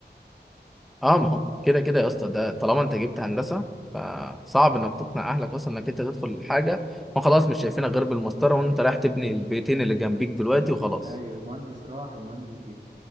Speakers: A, in the centre; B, on the right.
A: اه ما هو كده كده يا اسطى ده طالما انت جبت هندسه فصعب انك تقنع اهلك اصلا انك انت تدخل الحاجه ما خلاص مش شايفينك غير بالمسطره وانت رايح تبني البيتين اللي جنبيك دلوقتي وخلاص
B: ايوه المهندس راح المهندس جه